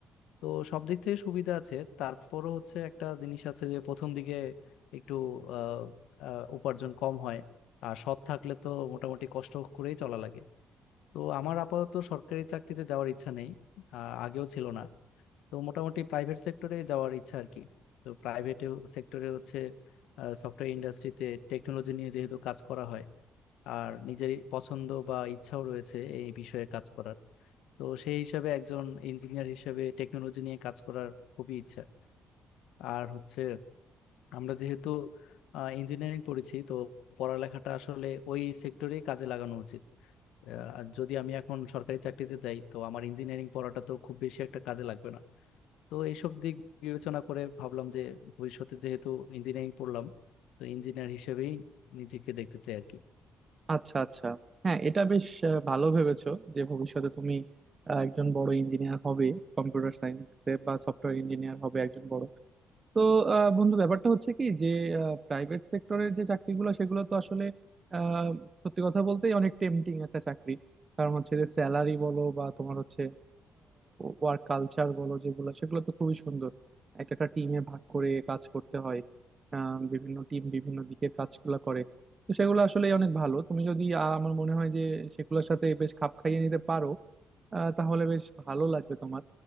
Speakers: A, on the left; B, on the right.
A: তো সব দিক থেকে সুবিধা আছে তারপরও হচ্ছে একটা জিনিস আছে যে প্রথম দিকে একটু আহ আহ, উপার্জন কম হয় আর সৎ থাকলে তো মোটামুটি কষ্ট করেই চলা লাগে তো আমার আপাতত সরকারি চাকরিতে যাওয়ার ইচ্ছা নেই আহ, আগেও ছিল না তো মোটামুটি প্রাইভেট সেক্টরে যাওয়ার ইচ্ছা আর কি তো প্রাইভেট সেক্টরে হচ্ছে সফটওয়্যার ইন্ডাস্ট্রিতে টেকনোলজি নিয়ে যেহেতু কাজ করা হয় আর নিজের পছন্দ বা ইচ্ছাও রয়েছে এই বিষয়ে কাজ করার তো সেই হিসাবে একজন ইঞ্জিনিয়ার হিসেবে টেকনোলজি নিয়ে কাজ করার খুবই ইচ্ছা আর হচ্ছে আমরা যেহেতু ইঞ্জিনিয়ারিং পড়েছি তো পড়ালেখাটা আসলে ওই সেক্টরেই কাজে লাগানো উচিত আহ, আর যদি আমি এখন সরকারি চাকরিতে যাই তো আমার ইঞ্জিনিয়ারিং পড়াটা তো খুব বেশি একটা কাজে লাগবে না তো এইসব দিক বিবেচনা করে ভাবলাম যে ভবিষ্যতে যেহেতু ইঞ্জিনিয়ারিং পড়লাম তো ইঞ্জিনিয়ার হিসেবেই নিজেকে দেখতে চাই আর কি
B: আচ্ছা আচ্ছা হ্যাঁ এটা বেশ আহ, ভালো ভেবেছো যে ভবিষ্যতে তুমি আহ, একজন বড় ইঞ্জিনিয়ার হবে কম্পিউটার সায়েন্স বা সফটওয়্যার ইঞ্জিনিয়ার হবে একজন বড় তো আহ, বন্ধু ব্যাপারটা হচ্ছে কি যে প্রাইভেট সেক্টরের যে চাকরিগুলো সেগুলো তো আসলে আহ, সত্যি কথা বলতে অনেক টেম্পটিং একটা চাকরি কারণ হচ্ছে যে স্যালারি বলো বা তোমার হচ্ছে ওয়ার্ক কালচার বলো যেগুলো সেগুলো তো খুবই সুন্দর এক একটা টিমে ভাগ করে কাজ করতে হয় আহ, বিভিন্ন টিম বিভিন্ন দিকে কাজগুলো করে তো সেগুলো আসলে অনেক ভালো তুমি যদি আহ, আমার মনে হয় যে সেগুলোর সাথে বেশ খাপ খাইয়ে নিতে পারো আহ, তাহলে বেশ ভালো লাগবে তোমার